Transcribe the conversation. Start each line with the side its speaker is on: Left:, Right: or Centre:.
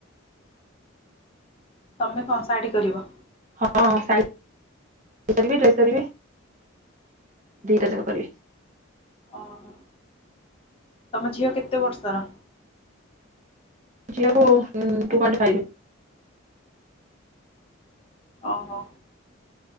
Left: ତୁମେ କଣ ଶାଢ଼ୀ କରିବ?
Right: ହଁ ଶାଢୀ କରିବି ଡ୍ରେସ୍ କରିବି ଦିଟା ଯାକ କରିବି।
Left: ଓହୋ ତମ ଝିଅ କେତେ ବର୍ଷର?
Right: ଜି କୁ ଟୁ ପଏଣ୍ଟ ଫାଇଭ୍
Left: ଓହୋ